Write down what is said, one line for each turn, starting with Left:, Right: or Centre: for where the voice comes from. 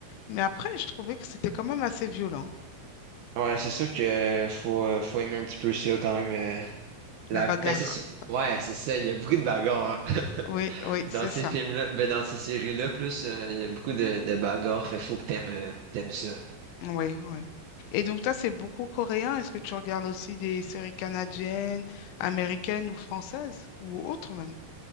Left: Mais après, je trouvais que c'était quand même assez violent,
Right: Ouais, c'est sûr que faut, euh, faut aimer un petit peu ça quand même. euh, la...
Left: la bagarre.
Right: Mais c'est sûr. Ouais, c'est ça, il y a beaucoup de bagarres hein.
Left: Oui,
Right: <laughs>
Left: oui,
Right: Dans
Left: c'est
Right: ces
Left: ça.
Right: films-là, ben dans ces séries-là, plus euh, il y a beaucoup de, de bagarres, fait que faut que t'aimes euh, t'aimes ça.
Left: Oui, oui. Et donc, toi, c'est beaucoup coréen. Est-ce que tu regardes aussi des séries canadiennes, américaines ou françaises ou autres même?